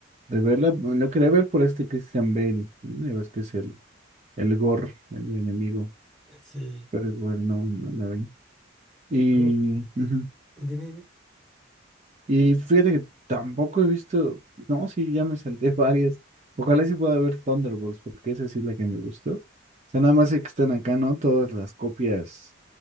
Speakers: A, on the right (about 35°); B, in the centre.
A: de verla. Lo quería ver por este Christian Bale, ¿no? Ya ves que es el, el Gore, el enemigo,
B: Sí.
A: pero igual no, no la vi.
B: Eh,
A: Y
B: Gu,
A: ujú.
B: dime, dime.
A: Y fíjate que tampoco he visto, no, sí, ya me salté <laughs> varias. Ojalá sí pueda ver Thunderbolts, porque esa sí es la que me gustó. O sea, nada más sé que están acá, ¿no? Todas las copias